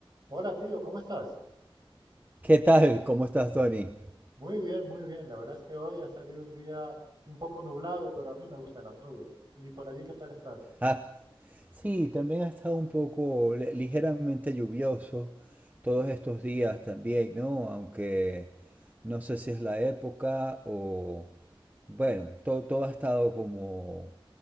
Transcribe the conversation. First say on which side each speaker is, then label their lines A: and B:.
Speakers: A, on the right; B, on the right.
A: Hola tío, ¿cómo estás?
B: ¿Qué tal? ¿Cómo estás, Tony?
A: Muy bien, muy bien. La verdad es que hoy ha salido un día un poco nublado, pero a mí me gustan las nubes. ¿Y por allí qué tal estás?
B: Ah, sí, también ha estado un poco le- ligeramente lluvioso todos estos días también, ¿no? Aunque no sé si es la época o... Bueno, todo, todo ha estado como...